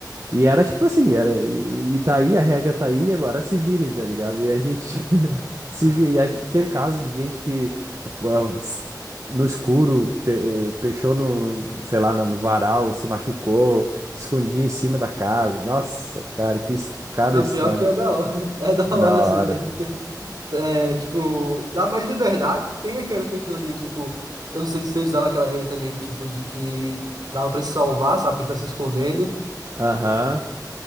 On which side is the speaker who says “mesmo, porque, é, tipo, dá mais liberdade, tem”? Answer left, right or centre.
Right